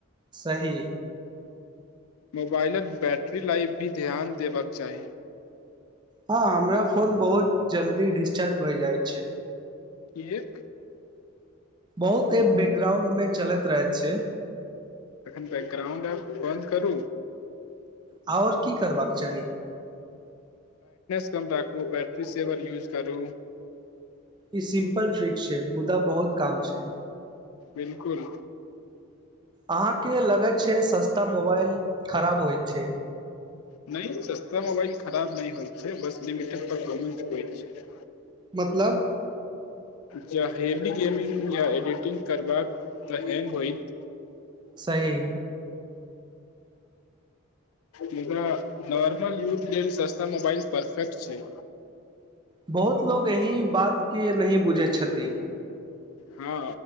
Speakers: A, on the right; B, on the left.
A: सही
B: मोबाइलक बैटरी लाइफ भी ध्यान देबाक चाही
A: हँ हमरा फोन बहुत जल्दी डिस्चार्ज भै जाइत छै
B: कियेक
A: बहुत एहि बैकग्राउंडमे चलैत रहैत छै
B: तखन बैकग्राउंड आर बन्द करू
A: और की करबाक चाही
B: रखू बैटरी सेवर यूज करू
A: ई सिम्पल ट्रिक छै मुदा बहुत काम छै
B: बिलकुल
A: अहाँके के लगत छै सस्ता मोबाइल खराब होइत छै
B: नहि सस्ता मोबाइल खराब नहि होइ छै बस लिमिटेड परफॉर्मेन्स होइ छै
A: मतलब
B: ज हेबी गेमिङंग या एडिटिंग करबाक तऽ हैंग होइत
A: सही
B: मुदा नॉर्मल यूज लेल सस्ता मोबाइल परफेक्ट छै
A: बहुत लोग यही बात के नही बुझै छथिन
B: हँ